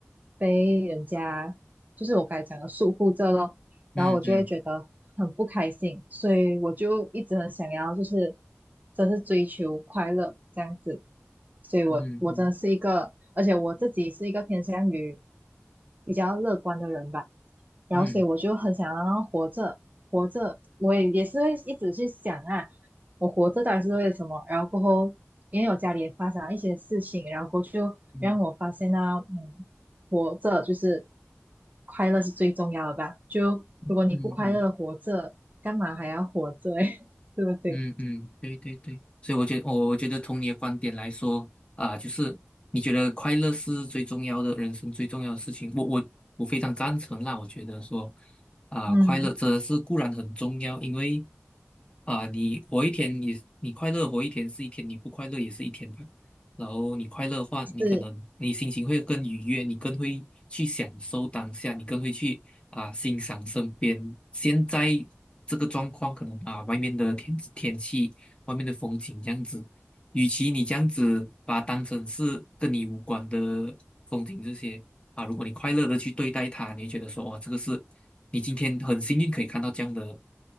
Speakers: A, on the right (about 35°); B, on the left (about 25°).
A: 被人家就是我刚才讲的束缚着咯，
B: 嗯嗯
A: 然后我就会觉得很不开心，所以我就一直很想要就是真是追求快乐这样子，所以我我真的是一个，
B: 嗯嗯
A: 而且我自己是一个偏向于比较乐观的人吧，然后所以我就很想要活着活着，
B: 嗯嗯嗯
A: 我也也是会一直去想啊。我活着到底是为了什么？然后过后，因为我家里也发生了一些事情，然后过后就让我发现啊，
B: 嗯
A: 嗯，活着就是快乐是最重要的吧？就如果你不快乐地活着，
B: 嗯嗯嗯
A: 干嘛还要活着？<laughs> 诶，对不对？
B: 嗯嗯，对对对，所以我觉得，我我觉得从你的观点来说啊，就是你觉得快乐是最重要的，人生最重要的事情，我我我非常赞成啦。我觉得说啊，
A: 嗯，
B: 快乐真的是固然很重要，因为啊，你活一天，你你快乐活一天是一天，你不快乐也是一天吧。然后你快乐的话，
A: 是，
B: 你可能你心情会更愉悦，你更会去享受当下，你更会去啊、欣赏身边现在这个状况，可能啊、外面的天天气、啊外面的风景这样子。与其你这样子把它当成是跟你无关的风景这些啊，如果你快乐的去对待它，你会觉得说哇，这个是你今天很幸运可以看到这样的